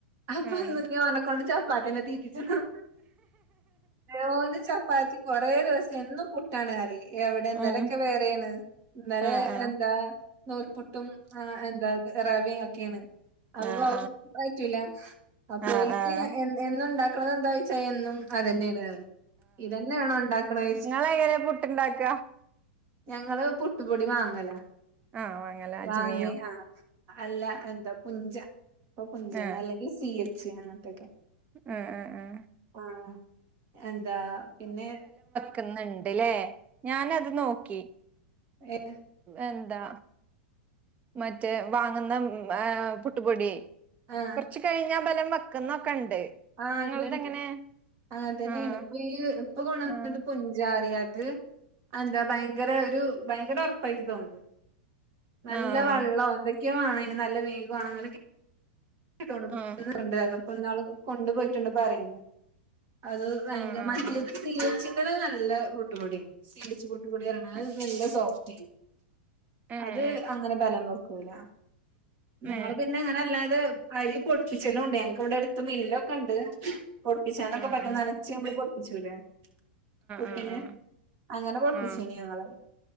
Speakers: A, on the right (about 40°); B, on the right (about 25°).
A: അപ്പൊ
B: ആഹ്
A: ഞ് ഓനെക്കൊണ്ട് ചപ്പാത്തിയന്നെ തീറ്റിച്ചണം ഓരോന്ന് ചപ്പാത്തി കൊറേ ദെ വസം എന്നും പുട്ടാണ്ന്ന് പറയും എവിടെ ന്നലൊക്കെ
B: ഉം
A: വേറേണ് ന്നലെ
B: ആഹ് ആഹ്
A: എന്താ നൂൽപുട്ടും എന്താ റവ ഒക്കെയാണ് അത്പ്പൊ
B: ആഹ്
A: പറ്റൂല അപ്പോ
B: ആഹ്
A: ഓൽക്ക്
B: ആഹ് ആഹ്
A: ഞാ എന്നണ്ടാ- ക്ക്ണതെന്താന്നോയ്ച്ച എന്നും അത് തന്നെയാണ് പറയും ഇതന്നെയാണോ ഉണ്ടാക്കണേ-
B: ങ്ങളെങ്ങനെയ പുട്ട് ഇണ്ടാക്ക
A: ഞങ്ങള് പുട്ടുപൊടി വാങ്ങല
B: ആഹ് വാങ്ങല അജ്മിയോ
A: വാങ്ങി ആഹ് അല്ല എന്താ പുഞ്ച ഇപ്പൊ പുഞ്ചേണ്
B: ആഹ്
A: അല്ലെങ്കിൽ സി എച്ച് ഇങ്ങനെത്തൊക്കെ
B: ആഹ് ആഹ് ആഹ്
A: ആഹ് എന്താ പിന്നെ
B: ട്ട്ന്നുണ്ട്ല്ലേ ഞാനത് നോക്കി
A: ഏഹ്
B: എന്താ മറ്റേ വാങ്ങുന്ന പുട്ടുപൊടി
A: ആഹ്
B: കൊറച്ച് കഴിഞ്ഞാ ബലം വെക്കുന്നൊക്കെണ്ട്
A: ആഹ്
B: ഇങ്ങൾതെങ്ങനെ
A: ഇണ്ട്ണ്ട് അങ്ങതന്നേണ്
B: ആഹ്
A: ഇപ്പൊ ഈ ഇപ്പൊ കൊണ്ടുവന്നത്
B: ആഹ്
A: പുഞ്ചാറിയാത് അതെന്താ ഭയങ്കര ഒരു ഭയങ്കര ഉറപ്പായിട്ട് തോന്നും നല്ല
B: ആഹ്
A: വെള്ളം അതൊ - ക്യോ ആണ് ഇനി നല്ല വേഗ ഒണങ്ങണോങ്കി പ്പ
B: ആഹ്
A: ന്നാള് കൊണ്ടുപോയിട്ടുണ്ട് പറയ്ണ് അത് ഭയങ്കര
B: ആഹ് ആഹ്
A: മറ്റേത് സീഎച്ചിന്റെത് നല്ല പുട്ട് പൊടി സി എച്ച് പു - ട്ട് പൊടി പറയണഅത്
B: ആഹ്
A: നല്ല സോഫ്റ്റ്
B: ഏഹ്
A: അത് അങ്ങനെ ബലം വക്കൂല ഞങ്ങള്
B: ഏഹ്
A: പിന്നെ അങ്ങനെ അല്ലാതെ അരി പൊട്പ്പിച്ചലും ഉണ്ട് ഞങ്ങക്ക് ഇവിടെ അടുത്ത് മില്ലൊക്കെണ്ട് പൊട്പ്പിച്ചാനൊക്കെ
B: ഏഹ്
A: പറ്റും
B: ആഹ് ആഹ്
A: നനച്ച് നമ്മള് പൊ - ട്ച്ചൂലെ പുട്ടിന്
B: ആഹ് ആഹ്
A: അങ്ങനെ പൊടിപ്പിച്ചീനി
B: ആഹ് ആഹ്
A: ഞങ്ങള്